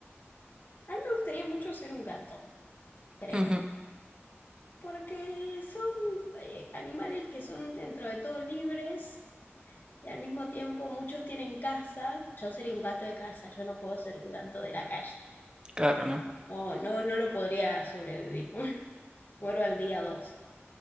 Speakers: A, on the left; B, on the right.
A: A mí me gustaría mucho ser un gato, creo,
B: Ujú,
A: porque son eh, animales que son dentro de todo libres y al mismo tiempo muchos tienen casa. Yo sería un gato de casa, yo no puedo ser un gato de la calle.
B: Claro, ¿no?
A: No, no, no lo podría sobrevivir. <laughs> Muero al día dos.